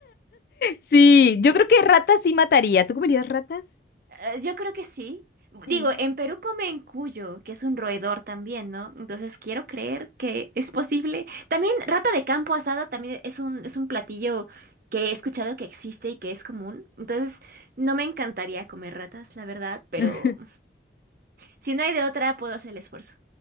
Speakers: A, on the left; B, on the right.
A: Sí, yo creo que ratas sí mataría. ¿Tú comerías ratas?
B: Eh, yo creo que sí.
A: Sí.
B: Digo, en Perú comen cuyo, que es un roedor también, ¿no? Entonces quiero creer que es posible. También rata de campo asada también es un, es un platillo que he escuchado que existe y que es común. Entonces, no me encantaría comer ratas, la verdad, pero
A: <laughs>
B: si no hay de otra, puedo hacer el esfuerzo.